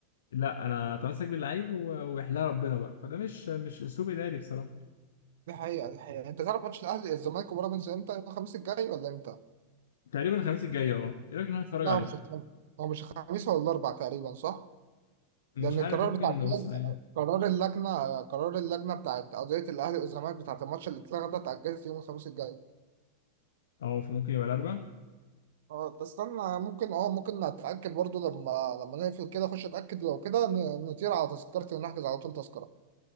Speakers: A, on the left (about 60°); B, on the right (about 55°).
A: لا أنا أتمسك باللعيب و- ويحلها ربنا بقى فده مش مش أسلوب إداري بصراحة
B: دي حقيقه دي حقيقه انت تعرف ماتش الاهلي الزمالك وبيراميدز امتى يوم الخميس الجاي ولا امتى
A: تقريبا الخميس الجاي أه إيه رأيك إن أنا أتفرج
B: لا
A: عليه
B: هو مش الخميس هو مش الخميس ولا الاربع تقريبا صح
A: مش
B: لان
A: عارف
B: القرار
A: ممكن
B: بتاع
A: نبص عليه
B: قرار اللجنه قرار اللجنه بتاعت قضيه الاهلي والزمالك بتاعت الماتش اللي اتلغى ده اتاجلت يوم الخميس الجاي
A: أو ممكن يبقى الأربع
B: اه بس استنى ممكن اه ممكن اتاكد برضو لما لما نقفل كده اخش اتاكد لو كده ن- نطير على تذكرتي ونحجز على طول تذكره